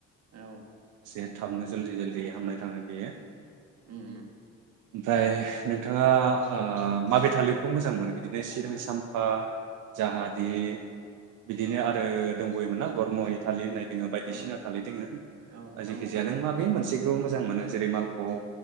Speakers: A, on the right; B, on the right.
A: औ।
B: एसे थाबनो जल्ददि जल्ददि हामनो थाङो बेयो।
A: उम उम।
B: ओमफ्राय नोंथाङा ओ माबायदि थालिरखौ मोजां मोनो बिदिनो सिनि साम्पा जाहादि बिदिनो
A: औ
B: आरो दंबावोमोनना गर्मइ थालिर होननाय दङ बायदिसिना
A: औ
B: थालिर दङ
A: औ
B: जायखि
A: आंथ'
B: जाया नों मा बेे मोनसे मोजां मोनो जेरै मालब'ग